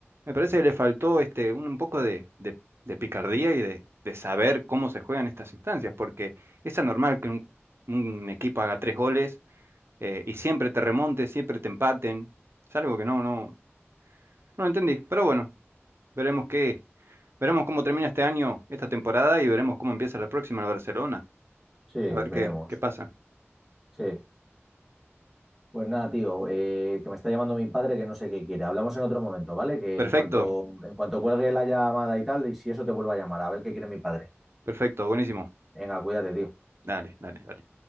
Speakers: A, on the right; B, in the centre.
A: Me parece que le faltó este, un, un poco de, de- de picardía y de, de saber cómo se juegan estas instancias, porque es anormal que un, un equipo haga tres goles eh, y siempre te remonte, siempre te empaten. Es algo que no, no, no entendí. Pero bueno, veremos qué, veremos cómo termina este año, esta temporada, y veremos cómo empieza la próxima el Barcelona.
B: Sí,
A: A ver
B: veremos.
A: qué, qué pasa.
B: Sí. Pues nada, tío, eh, que me está llamando mi padre que no sé qué quiere. Hablamos en otro momento, ¿vale? Que
A: Perfecto,
B: en cuanto, en cuanto cuelgue la llamada y tal, y si eso te vuelvo a llamar, a ver qué quiere mi padre.
A: perfecto, buenísimo.
B: Venga, cuídate, tío.
A: Dale, dale, dale.